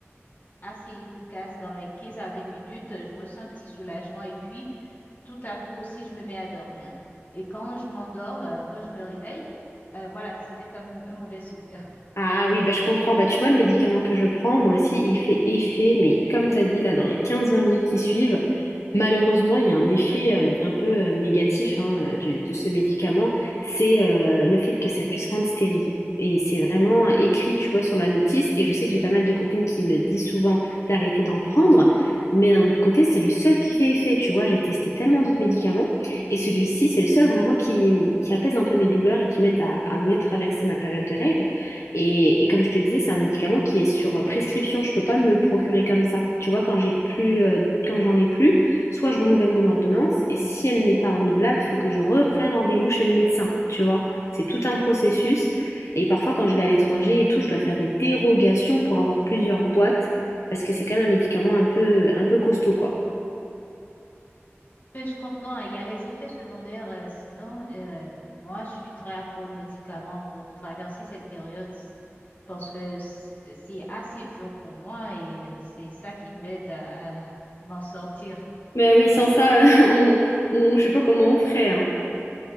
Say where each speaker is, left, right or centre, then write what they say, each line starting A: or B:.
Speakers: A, on the left; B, on the left.
A: assez efficace. Dans les 15 à 20 minutes, euh, je ressens un petit soulagement et puis tout à coup aussi, je me mets à dormir. Et quand je m'endorme, euh, quand je me réveille, euh, voilà, c'était comme un mauvais souvenir.
B: Ah oui, bah, je comprends. Bah, tu vois, le médicament que je prends, moi aussi, il fait effet, mais comme tu as dit là, dans les quinze vingt minutes qui suivent. Malheureusement, il y a un effet euh, un peu euh, négatif hein, euh, du- de ce médicament, c'est euh, le fait que ça puisse rendre stérile. Et c'est vraiment écrit, tu vois, sur la notice. Et je sais que j'ai pas mal de copines qui me disent souvent d'arrêter d'en prendre. Mais d'un autre côté, c'est le seul qui fait effet. Tu vois, j'ai testé tellement d'autres médicaments. Et celui-ci, c'est le seul vraiment qui, qui apaise un peu mes douleurs et qui m'aide à, à mieux traverser ma période de règles. Et, et comme je te disais, c'est un médicament qui est sur euh, prescription. Je peux pas me le procurer comme ça. Tu vois, quand j'ai plus, euh, quand j'en ai plus soit je renouvelle mon ordonnance, et si elle n'est pas renouvelable, il faut que je reprenne rendez-vous chez le médecin, tu vois. C'est tout un processus. Et parfois, quand je vais à l'étranger et tout, je dois faire des dérogations pour avoir plusieurs boîtes, parce que c'est quand même un médicament un peu, un peu costaud, quoi.
A: Mais Je comprends, il y a les effets secondaires. euh, sinon, euh, moi, je suis très accro aux médicaments pour traverser cette période s- parce que c- c'est assez dur pour moi et euh, c'est ça qui m'aide à, à m'en sortir.
B: Ben oui, sans ça, <laughs> on, on, je sais pas comment on ferait, hein.